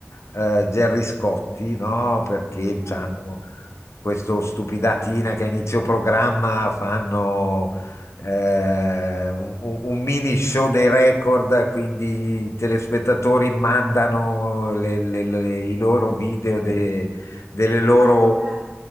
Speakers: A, on the left; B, on the right.
A: eh, Gerry Scotti, no? Perché
B: mm, mhm.
A: hanno questo stupidatina che a inizio programma fanno eh, un, un mini show dei record, quindi i telespettatori mandano le- le- le- i loro video de- delle loro
B: Ah, papà.